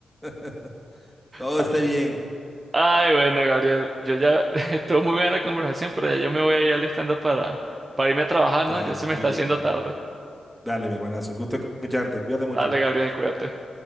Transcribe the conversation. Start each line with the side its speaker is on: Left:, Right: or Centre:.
Centre: <laughs> Todo
Right: <laughs>
Centre: esté bien.
Right: Ay, bueno, Gabriel, yo ya <laughs> estuvo muy bien la conversación, pero ya yo me voy a ir alistando para, para irme a trabajar,
Centre: Tranquilo,
Right: ¿no? Ya se me está haciendo
Centre: mi hermano.
Right: tarde.
Centre: Dale, mi hermanazo, un gusto escucharte. Cuídate mucho.
Right: Dale, Gabriel, cuídate.